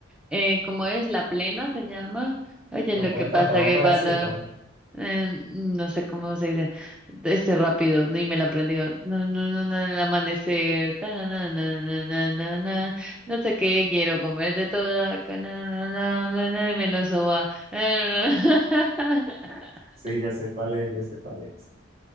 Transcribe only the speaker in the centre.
eh, ¿cómo es? La plena se llama. Oye,
lo
que pasa
que
cuando, eh, no sé cómo se dice, ese rápido, ni me la aprendí. No, no, no, no, el amanecer. ta, na, na, na, na, na, na, na, No sé qué, quiero comerte toda. ca, na, na, na, na, na, y me lo soba. <laughs>